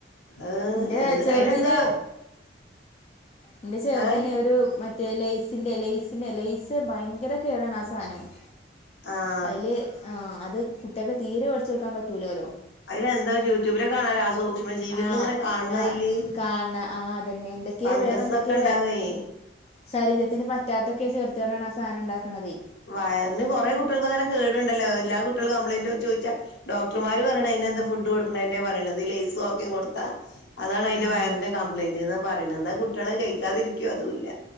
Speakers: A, on the left (about 70°); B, on the left (about 35°).
A: അ്
B: ഇന്റെ
A: എന്ത്
B: ചെറുതിന്
A: അയിലെന്താ
B: എന്റെ ചേർതിനെ
A: ഏഹ്
B: ഒരു മറ്റേ ലൈസിന്റെ ലൈസിന്റെ ലൈസ് ഭയങ്കര കേടാണ് ആ സധനവും
A: ആഹ്
B: അയില് അത് മറ്റൊക്കെ തീരെ വേടിച്ചൊടുക്കാൻ പറ്റൂലല്ലോ.
A: അയിലെന്തോ യൂട്യൂബിലൊക്കെ കാണാലോ ആ സൂക്ഷ്മ ജീവികൾ
B: ആ
A: ഇങ്ങനെ കാണണ
B: ആ
A: അയില്
B: കാണ ആ അതന്നെ എന്തൊക്കെ
A: ഫംഗസൊക്കെ
B: വേറെ എന്തൊക്കെ
A: ഉണ്ടാവേ
B: ശരീരത്തിന് പറ്റാത്തൊക്കെ ചേർത്തോണ്ടാണ് ആ സാധനം ഉണ്ടാക്കണത്.
A: വയറിന് കുറെ കുട്ടികൾക്ക് അങ്ങനെ കേടുണ്ടലോ എല്ലാ കുട്ടികളും കംപ്ലയിന്റ് വെച്ച് ചോദിച്ചാ ഡോക്ടർമാര് പറീണ് പിന്നെ എന്താ ഫുഡ് കൊടുക്കണേന്റെ പറയണത് ഈ ലൈസോ ഒക്കെ കൊടുത്താ അതാണ് അതിന്റെ
B: ആഹ്
A: വയറിന്റെ കംപ്ലയിന്റ്ന്ന് പറീണ് ന്നാ കുട്ടികള് അത് കഴിക്കാതിരിക്കോ അതും ഇല്ല.